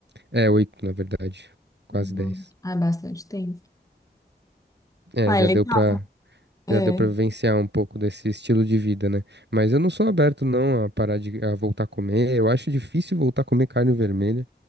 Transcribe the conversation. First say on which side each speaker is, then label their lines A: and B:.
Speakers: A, on the right; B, on the left.
A: É, oito, na verdade. Quase
B: Uhum.
A: dez.
B: Ah, é bastante tempo.
A: É,
B: Ah,
A: já
B: é legal.
A: deu pra.
B: É.
A: Já deu pra vivenciar um pouco desse estilo de vida, né? Mas eu não sou aberto não a parar de a voltar a comer. Eu acho difícil voltar a comer carne vermelha,